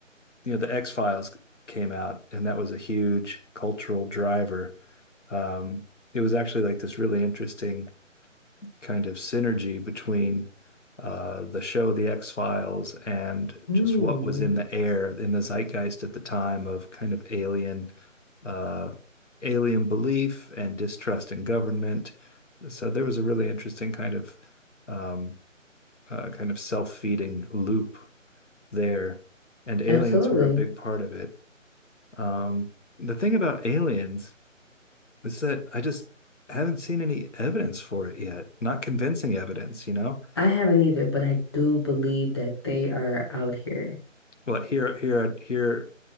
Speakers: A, on the left; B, on the left.
A: you know, the X-Files came out, and that was a huge cultural driver. Um, it was actually like this really interesting kind of synergy between uh, the show The X-Files and
B: Hmm.
A: just what was in the air in the zeitgeist at the time of kind of alien uh, alien belief and distrust in government. So there was a really interesting kind of um, uh, kind of self-feeding loop there, and aliens
B: Absolutely.
A: were a big part of it. Um, the thing about aliens is that I just haven't seen any evidence for it yet, not convincing evidence, you know?
B: I haven't either, but I do believe that they are out here.
A: What here here here